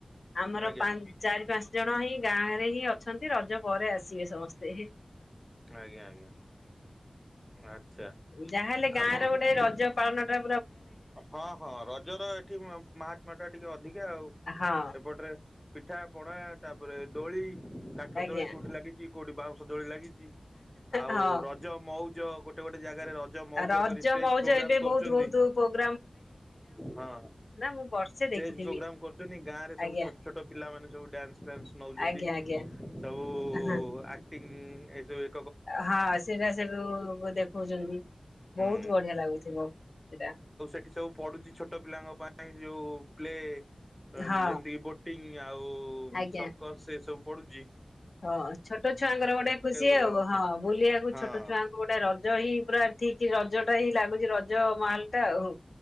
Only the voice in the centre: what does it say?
ଆଜ୍ଞା
ଆଜ୍ଞା ଆଜ୍ଞା ଆଚ୍ଛା
ଆପଣଙ୍କ
ହଁ ହଁ ରଜର ଏଠି ମହାତ୍ମ୍ୟ ଟା ଟିକେ ଅଧିକ। ଆ ଆଉ
ଏପଟରେ ପିଠା ପଣା ତାପରେ ଦୋଳି କାଠ
ଦୋଳି କୋଉଠି ଲାଗିଛି କୋଠି ବାଉଁଷ ଦୋଳି ଲାଗି ଆଉ
ରଜ ମଉଜ ଗୋଟେ ଗୋଟେ ଗୋଟେ ଜାଗାରେ ରଜ ମଉଜ
କରି ଷ୍ଟେଜ
ପ୍ରୋଗ୍ରାମ
କରୁଛନ୍ତି
ହଁ ଷ୍ଟେଜ
ପ୍ରୋଗ୍ରାମ କରୁଛନ୍ତି ଗାଁ ରେ ସବୁ
ଛୋଟ ଛୋଟ ପିଲାମାନୋନେ ସବୁ ଡ୍ୟାନ୍ସ ଫ୍ୟାନ୍ସ ନଉଛନ୍ତି
ସବୁ
ଆଟି ହୁଁ ଏ।
ହୁଁ
ଏଠି ସବୁ ପଢୁଛି ଛୋଟ ପିଲାଙ୍କ ପାଇଁ ଯଉ ପ୍ଲେ ଅଁ
ଯେମିତି କିି ବୋଟି ଆଉ
ସର୍କସ ଏ ସବୁ ପଡ଼ୁଛି।
ଗଲା
ବେଳକୁ
ହଁ।